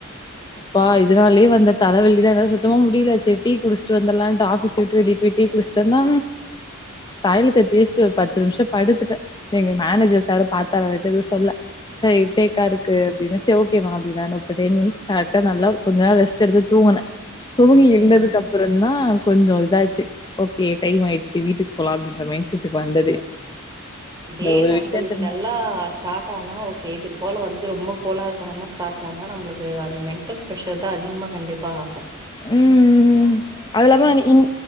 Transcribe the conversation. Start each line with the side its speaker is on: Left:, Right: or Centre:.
Left: ப்பா இதனாலயே வந்த தல வலில என்னால சுத்தமா முடில சேரி டீ குடிச்சிட்டு வந்தர்லான்ட்டு ஆஃபீஸ் விட்டு வெளிய போய் டீ குடிச் சனா தயிலத்த தேச்சிட்டு ஒரு பத்து நிமிஷோ படுத்துட்ட எங்க மேனேஜர் சாரு பாத்தார் அவுர்ட்ட எது சொல்ல சார் ஹெட் ஏக்கா இருக்கு அப்டின்ன செரி ஓகேமா அப்பின்னர் நா இப்ப டென்மினிட்ஸ் கரெக்டா நல்லா கொஞ்ச நாள் ரெஸ்ட் எடுத்து தூங்குன தூங்கி எழுந்ததுக்க
Right: ம்.
Left: ப்றந்தா கொஞ்சோ இதாச்சு ஓகே டைம் ஆய்ச்சு வீட்டுக்கு போலா அப்டின்ற மைன்செட்டுக்கு வந்ததே இந்த
Right: டே
Left: ஒரு
Right: நம்மளுக்கு
Left: விஷ்யத்துனால
Right: நல்லா ஸ்டார்ட் ஆனா ஓகே இது போல வந்து ரொம்ப கோலார்த்தனமா ஸ்டார்ட் ஆனா நம்மளுக்கு அந்த மென் டல் ஃப்ரஷர்தா அதிகமா கண்டிப்பா ஆகு
Left: ம் அது இல்லாம இன்